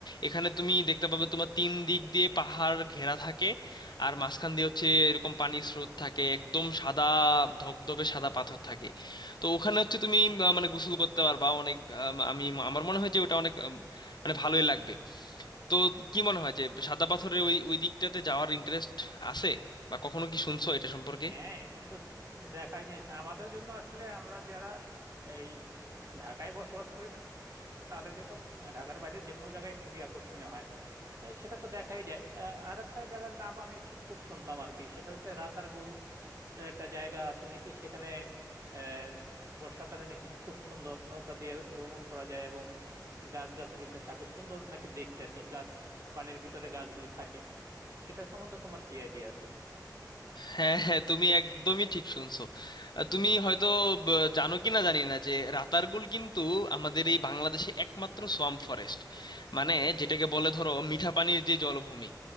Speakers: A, on the left (about 80°); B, on the right (about 45°).
A: এখানে তুমি দেখতে পাবে তোমার তিন দিক দিয়ে পাহাড় ঘেরা থাকে আর মাঝখান দিয়ে হচ্ছে এরকম পানির স্রোত থাকে একদম সাদা ধবধবে সাদা পাথর থাকে তো ওখানে হচ্ছে তুমি আহ, মানে গোসল করতে পারবা অনেক আম, আমি আমার মনে হয় যে ওটা অনেক আম, মানে ভালোই লাগবে তো কি মনে হয় যে সাদা পাথরের ওই ওই দিকটাতে যাওয়ার ইন্টারেস্ট আছে বা কখনো কি শুনছো এটা সম্পর্কে
B: হ্যাঁ এগুলো তো দেখার জিনিস আমাদের জন্য আসলে আমরা যারা এই ঢাকায় বসবাস করি তাদের জন্য ঢাকার বাইরে যে কোনো জায়গায় খুবই আকর্ষণীয় হয় এ, সেটা তো দেখাই যায় আর একটা জায়গার নাম আমি শ- খুব শুনতাম আর কি সেটা হচ্ছে রাতারগুল এর একটা জায়গা আছে নাকি সেখানে আহ বর্ষাকালে নাকি খুব সুন্দর নৌকা দিয়ে ভ্রমণ করা যায় এবং গাছগাছালিতে থাকে সুন্দর নাকি দেখতে আর কি গাছ পানির ভিতরে গাছগুলি থাকে সেটা সম্বন্ধে তোমার কি আইডিয়া আছে
A: হ্যাঁ হ্যাঁ তুমি একদমই ঠিক শুনছো আহ, তুমি হয়তো ব- জানো কি না জানি না যে রাতারগুল কিন্তু আমাদের এই বাংলাদেশে একমাত্র সোয়াম্প ফরেস্ট মানে যেটাকে বলে ধরো মিঠা পানির যে জলভূমি